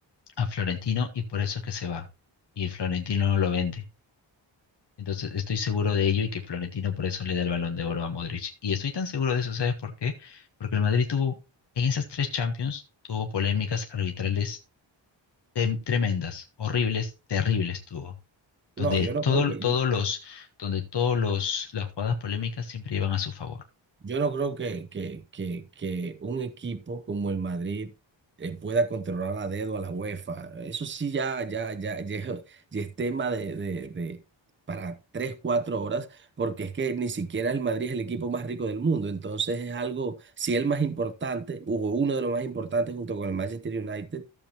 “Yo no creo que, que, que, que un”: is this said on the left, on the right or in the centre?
Right